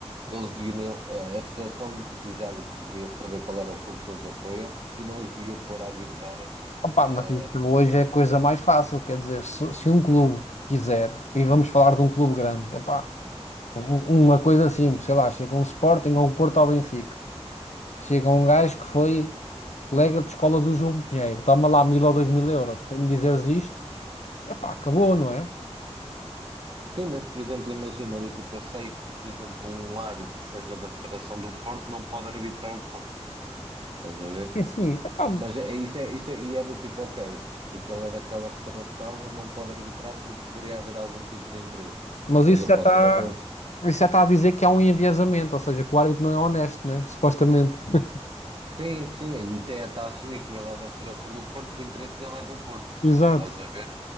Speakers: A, on the right; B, on the left.
A: eles deviam a a Federação dos Árbitros deveria saber qual era o clube que eles apoiam e não os devia pôr a arbitrar
B: Opa,
A: eh,
B: mas isso hoje é a coisa mais fácil, quer dizer, se, se um clube quiser, e vamos falar de um clube grande, epá, um- uma coisa simples, sei lá, chega um Sporting ou um Porto ao Benfica, chega um gajo que foi colega de escola do João Pinheiro, toma lá mil ou dois mil euros para me dizeres isto, epá, acabou, não é?
A: Sim, mas por exemplo, imagina, do tipo, eu sei que, por exemplo, um árbitro que seja da Federação do Porto não pode arbitrar o Porto, estás a ver?
B: Eh, sim, sim, epá,
A: Mas é, é- isso é, isso é, e é do tipo, ok, porque ele é daquela federação, ele não pode arbitrar porque poderia haver algum tipo de interesse.
B: mas
A: Mas
B: isso
A: eu
B: já
A: posso
B: está,
A: ser da federação.
B: isso já está a dizer que há um enviesamento, ou seja, que o árbitro não é honesto, né? Supostamente. <laughs>
A: Sim, sim, e até está a assumir como ele é da Federação do Porto, que o interesse dele é do Porto,
B: Exato,
A: estás a ver?